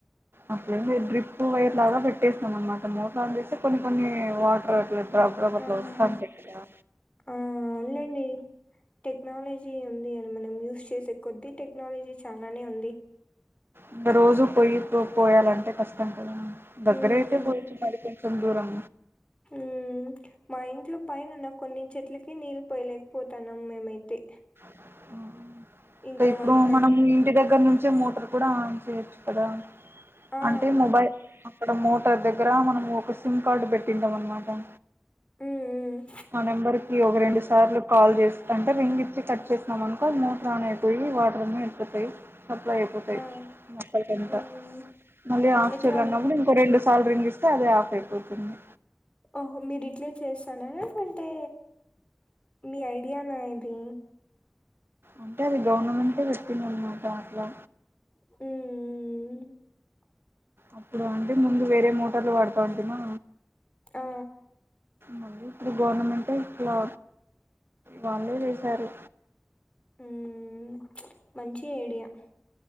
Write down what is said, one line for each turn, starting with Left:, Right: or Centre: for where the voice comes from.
Right: అట్లేంలేదు డ్రిప్ వైర్ లాగా పెట్టేసము. అన్నమాట మోటార్ అన్ తీసి కొన్ని కొన్ని వాటర్ <unintelligible>
Left: ఆహా
Right: వస్తుంటాయి గదా
Left: ఆ అవునులేండి టెక్నాలజీ ఉంది. అని మనకు యు చేసే కొద్ది టెక్నాలజీ చాలానే ఉంది.
Right: ఇంకా రోజూ పోయి పోయాలంటే కష్టం కదా. దగ్గరైతే
Left: మ్మ్
Right: పోయొచ్చు మరి కొంచెం దూరం
Left: మ్మ్ మా ఇంట్లో పైన ఉన్న కొన్ని చెట్లకి నీళ్ళు పోయలేకపోతన్నాం మేమైతే
Right: ఆ అవ్ ఇంక
Left: ఇంకా
Right: ఇప్పుడు
Left: వాళ్ళు పండి
Right: మనము ఇంటి దగ్గర నుం చ్చే మోటర్ కూడా ఆన్ చేయొచ్చు కదా
Left: ఆ ఆ
Right: అంటే మొబైల్ అక్కడ మోటార్ దగ్గర మనం ఒక సిమ్ కార్డు పెట్టింటాం అన్నమాట
Left: ఉమ్ మ్
Right: ఆ నంబర్ కి ఒక రెండు సార్లు కాల్ చేస్తంటే రింగ్ ఇచ్చి కట్ చేసినాం అనుకో అ మోటార్ ఆన్ అయిపోయి వాటర్ అన్ని వెళ్ళిపోతాయి సప్లై అయిపోతాయి
Left: ఆ
Right: మొక్కలకంతా
Left: మ్మ్
Right: మళ్ళీ ఆఫ్
Left: ఎట్లా
Right: చేయలన్నప్పుడు ఇంకో రెండు సాల్ రింగ్ ఇస్తే అదే ఆఫ్ అయిపోతుంది
Left: ఓహో మీరు ఇట్లే చేస్తన్నారా లేఅంటే మీ ఐడియానా ఇది
Right: అంటే అది గవర్నమెంటే చెప్పింది అనమాట అట్లా
Left: ఉమ్ మ్ మ్
Right: అప్పుడు అంటే ముందు వేరే మోటార్లు వాడతా ఉంటిమా
Left: ఆ
Right: మళ్ళీ ఇప్పుడు గవర్నమెంటె ఇట్లా వాళ్ళే చేసారు
Left: ఉమ్ మంచి ఐడియా